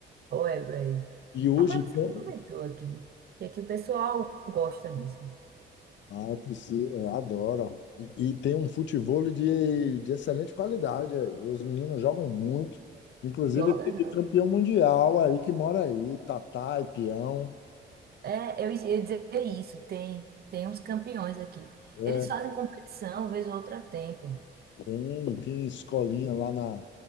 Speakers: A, on the right (about 50°); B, on the left (about 65°).
A: Olha, Bray.
B: E hoje,
A: Rapaz,
B: tem
A: você aproveitou aqui, que aqui o pessoal gosta disso.
B: Ah, eu preciso, eu adoro. E, e tem um futevôlei de, de excelente qualidade. eh. Os meninos jogam muito. Inclusive,
A: Joga,
B: tem
A: joga.
B: campeão mundial aí que mora aí, Tatá e Peão.
A: É, eu ia dizer isso, tem, tem uns campeões aqui.
B: É,
A: Eles fazem competição, vez ou outra tempo.
B: tem, tem escolinha lá na,